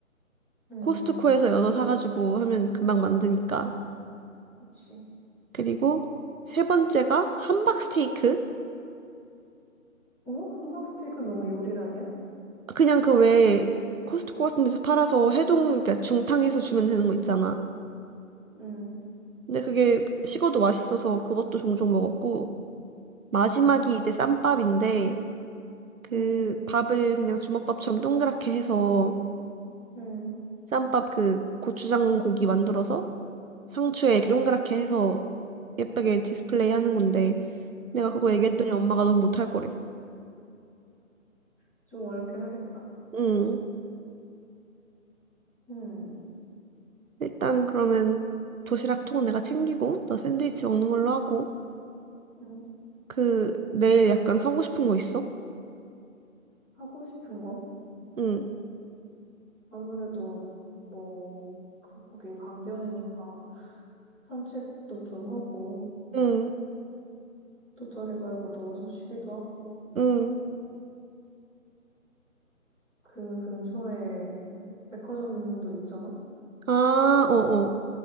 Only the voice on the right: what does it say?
코스트코에서
연어 사가지고 하면 금방 만드니까.
그리고 세 번째가 함박 스테이크.
그냥 그 왜 코스트코 같은 데서 팔아서 해동, 그러니까 중탕해서 주면 되는 거 있잖아.
근데 그게 식어도 맛있어서 그것도 종종 먹었고, 마지막이
이제 쌈밥인데, 그
밥을 그냥 주먹밥처럼 동그랗게 해서,
쌈밥 그 고추장 고기 만들어서 상추에 이렇게 동그랗게 해서 예쁘게 디스플레이 하는 건데, 내가 그거
얘기했더니 엄마가 너무 못할 거래.
응.
일단 그러면 도시락 통은 내가 챙기고 너 샌드위치 먹는 걸로 하고
그 내일 약간 하고 싶은 거 있어?
응,
응,
응.
아, 어어,